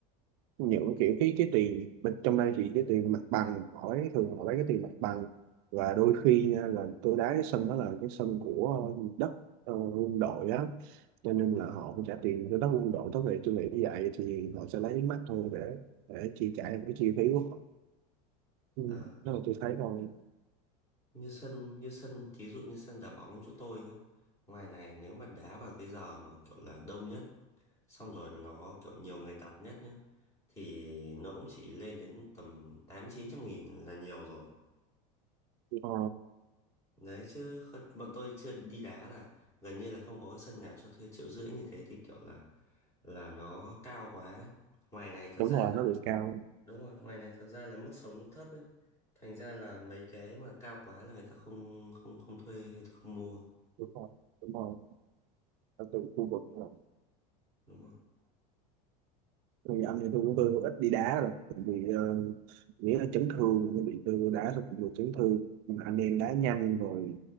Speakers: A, on the right; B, on the left.
A: những kiểu cái cái tiền bên trong đây thì cái tiền mặt bằng họ lấy thường họ lấy cái tiền mặt bằng và đôi khi nha, là tôi đá cái sân đó là cái sân của ờ, đất ờ, quân đội á cho nên là
B: ờ
A: họ phải trả tiền cho tất quân đội tất nghệ tôi nghĩ như vậy thì họ sẽ lấy mắt thôi để để chi trả cái chi phí của họ ừ,
B: ờ.
A: đó là tôi thấy thôi
B: như sân như sân thí dụ như sân đá bóng chỗ tôi nhá ngoài này nếu mà đá vào cái giờ mà kiểu là đông nhất xong rồi nó kiểu nhiều người đặt nhất nhá thì nó cũng chỉ lên đến tầm tám chín trăm nghìn là nhiều rồi
A: ờ,
B: đấy chứ kh- bọn tôi chưa đi đá là gần như là không có cái sân nào cho thuê triệu rưỡi như thế thì kiểu là là nó cao quá ấy. ngoài này thật
A: đúng
B: ra
A: rồi
B: là
A: nó bị cao
B: đúng rồi ngoài này thật ra là mức sống nó thấp ấy thành ra là mấy cái mà cao quá là người ta không không không thuê hay là không mua
A: đúng rồi đúng rồi ở từ khu vực là
B: đúng rồi
A: thì anh thì tôi cũng tôi ít đi đá rồi tại vì ờ, nghĩa là chấn thương tôi bị tôi vô đá xong bị chấn thương Mà anh em đá nhanh rồi